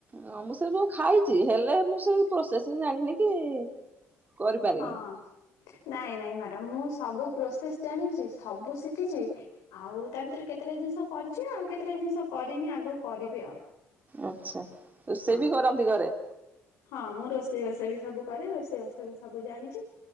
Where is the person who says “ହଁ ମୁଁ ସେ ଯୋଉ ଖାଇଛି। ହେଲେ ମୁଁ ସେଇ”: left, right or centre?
Right